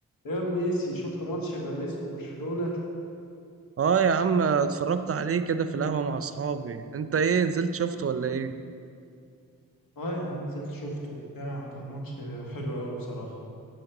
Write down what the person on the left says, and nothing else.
يا منيسي شفت ماتش باريس وبرشلونة
اه يا عم نزلت شفته وبتاع كان ماتش حلو قوي بصراحة